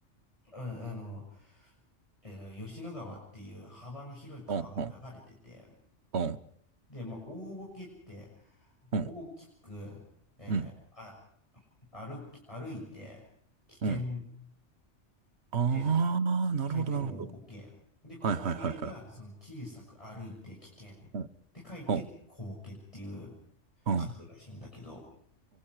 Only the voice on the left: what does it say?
あ、あの、えー吉野川っていう幅の広い川が流れてて、
で、まあ、大ボケって
大きく、えーあ、
歩き、歩いて危険
で
書いて大ボケ。で、小ボケがその小さく歩いて危険って書いて小ボケっていう
書くらしいんだけど、